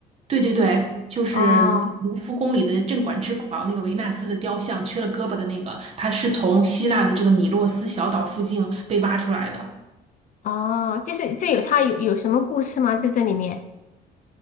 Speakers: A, on the right; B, on the left.
A: 对对对，就是卢浮卢浮宫里的镇馆之宝那个维纳斯的雕像，
B: 哦
A: 缺了胳膊的那个，它是从希腊的这个米洛斯小岛附近被挖出来的。
B: 哦，就是这有它有有什么故事吗？在这里面，